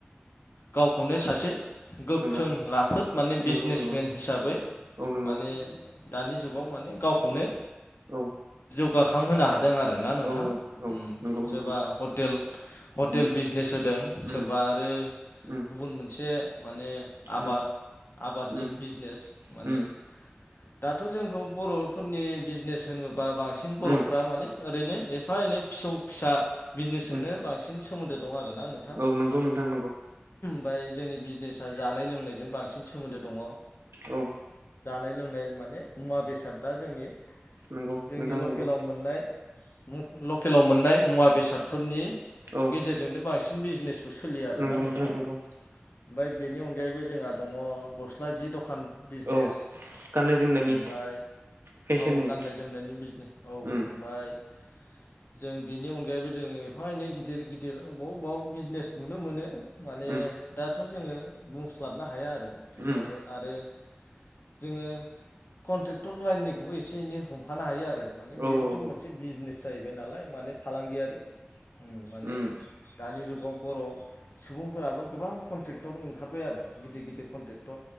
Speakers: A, on the left (about 65°); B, on the right (about 80°).
A: गावखौनो सासे गोख्रों
B: नंगौ
A: राफोद माने
B: नंगौ
A: बिजनेसमेन
B: नंगौ
A: हिसाबै
B: औ नंगौ
A: माने दानि जुगाव माने गावखौनो
B: औ
A: जौगाखांहोनो हादों आरो ना नोंथां
B: औ औ
A: उम
B: नंगौ
A: सोरबा
B: नोंथां
A: हटेल हटेल
B: उम
A: बिजनेस होदों
B: उम
A: सोरबा आरो
B: उम
A: गुबुन मोनसे माने आबाद
B: उम
A: आबादनि
B: उम
A: बिजनेस माने
B: उम
A: दाथ' जोंखौ बर'फोरनि बिजनेस होनोब्ला बांसिन बर'फोरा
B: उम
A: माने ओरैनो एफा एनै फिसौ फिसा बिजनेसजोंनो
B: उम
A: बांसिन सोमोन्दो दं आरोना नोंथां
B: औ नोंगौ नोंथां नंगौ।
A: ओमफ्राय जोंनि बिजनेसा जानाय लोंनायजों बांसिन सोमोन्दो दङ।
B: औ
A: जानाय लोंनाय माने मुवा बेसाद दा जोंनि
B: नंगौ
A: जोंनि
B: नोंथां
A: लकेलाव
B: नंगौ
A: मोननाय लकेलाव मोननाय मुवा बेसादफोरनि
B: औ
A: गेजेरजोंनो बांसिन बिजनेस बेखौ सोलियो आरो
B: नंगौ
A: आरोना नोंथां ओमफ्राय
B: नंगौ
A: बेनि अनगायैबो जोंहा दङ गस्ला जि दखान बिजनेस
B: औ गाननाय जोमनायनि
A: ओमफ्राय
B: फेशननि
A: औ गाननाय जोमनायनि बिजने औ ओमफ्राय
B: उम
A: जों बेनि अनगायैबो जों एफा एनै गिदिर गिदिर बबाव अबेबा बिजनेस नुनो मोनो माने
B: उम
A: दाथ' जोङो बुंस्लाबनो हाया आरो थेवब्लाबो
B: उम
A: आरो जोङो कन्ट्रेक्टर लाइननिखौबो एसे एनै हमफानो हायो आरो माने
B: औ
A: बेबोथ'
B: औ औ
A: मोनसे बिजनेस जाहैबाय नालाय माने फालांगियारि माने
B: उम
A: दानि जुगाव बर' सुबुंफोराबो गोबां कन्ट्रेक्टर ओंखारबाय आरो गिदिर गिदिर कन्ट्रेक्टर